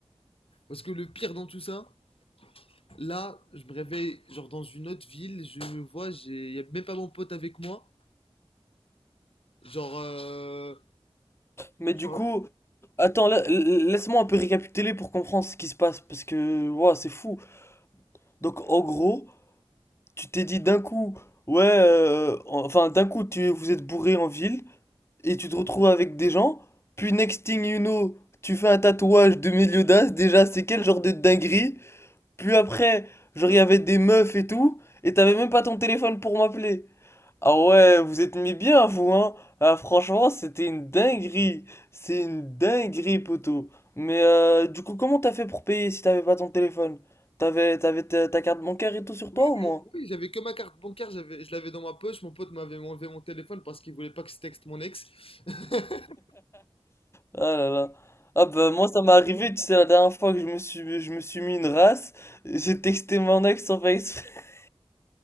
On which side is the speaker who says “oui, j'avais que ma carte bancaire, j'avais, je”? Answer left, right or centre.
Left